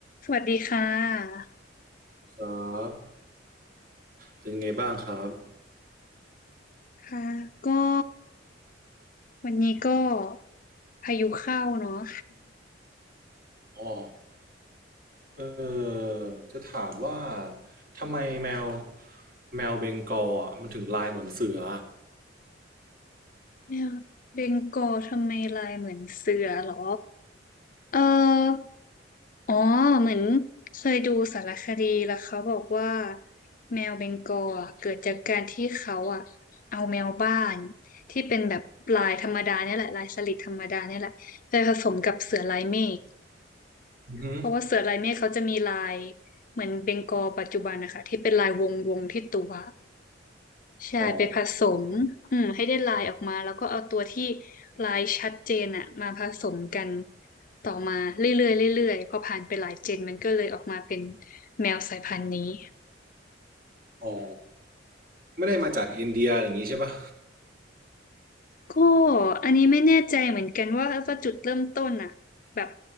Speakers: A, on the left (about 45°); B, on the right (about 50°).
A: สวัสดีค่ะ
B: ครับเป็นไงบ้างครับ
A: ค่ะก็วันนี้ก็พายุเข้าเนาะ
B: อ๋อเออจะถามว่า ทำไมแมว แมวเบงกอลอ่ะมันถึงลายเหมือนเสือ
A: เนี่ยเบงกอลทำไมลายเหมือนเสือเหรอเอออ๋อเหมือนเคยดูสารคดีแล้วเขาบอกว่าแมวเบงกอลอะเกิดจากการที่เขาอะเอาแมวบ้านที่เป็นแบบลายธรรมดาเนี่ยแหละลายสลิดธรรมดาเนี่ยแหละไปผสมกับเสือลายเมฆ
B: อือหือ
A: เพราะว่าเสือลายเมฆเขาจะมีลายเหมือนเบงกอลปัจจุบันนะคะที่เป็นลายวงวงที่ตัวใช่ไปผสมอืมให้ได้ลายออกมาแล้วก็เอาตัวที่
B: อ๋อ
A: ลายชัดเจนอะมาผสมกันต่อมาเรื่อยๆเรื่อยๆพอผ่านไปหลายเจนมันก็เลยออกมาเป็นแมวสายพันธุ์นี้
B: อ๋อไม่ได้มาจากอินเดียอย่างนี้ใช่ปะ
A: ก็อันนี้ไม่แน่ใจเหมือนกันว่าว่าจุดเริ่มต้นอะแบบ